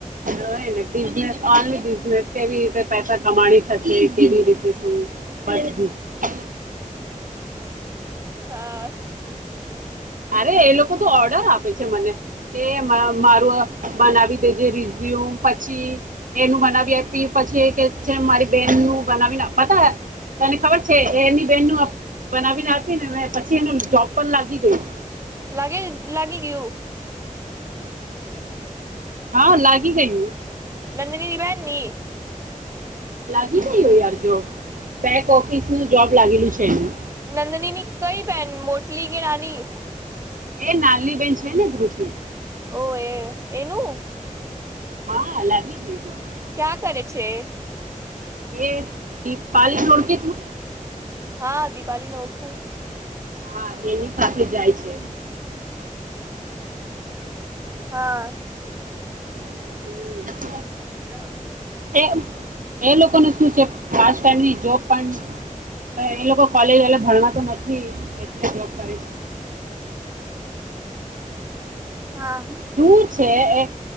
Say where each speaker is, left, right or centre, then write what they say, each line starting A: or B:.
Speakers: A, on the right; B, on the right.
A: હોયને બિઝનેસ ઓનલી બિઝનેસ કેવી રીતે પૈસા કમાણી થશે કેવી રીતે શું બી <unintelligible>
B: હા
A: અરે એ લોકો તો ઓર્ડર આપે છે મને એ મારું બનાવી દેજે રેસુ યુમ પછી એનું બનાવી આપી પછી એ કે છે મારી બેન નું બનાવીન આપવાતા તને ખબર છે એની બેહેનનું બનાવીને આપીને પછી એનું જોબ પણ લાગી ગયું
B: લાગે લાગી ગયુ
A: હા લાગી ગયું
B: નંદનીની બહેનની
A: નહીય યાર જોબ બેક ઓફિસ નું જોબ લાગેલું છે એનું
B: નંદની ની કઈ પેન મોટલી કે નાની
A: એ નાલની બેેન છે ને <unintelligible> ધૃષ
B: ઓ એ એનું
A: હા અલગ હ ચીજો <unintelligible>
B: ક્યાં કરે છે
A: એ દીપાલી ઓળખ તું
B: હા દિપાલી ન ઓું
A: હા એની સાથે જાય છે
B: હા,
A: હમ
B: એ ના
A: એ એ લોકોનું શું છેમની જોબ પણ એ લોકો કોલેજ એ ભણવા તો નથી એટલે જોબ કરીે છે
B: હા
A: દૂર છે એક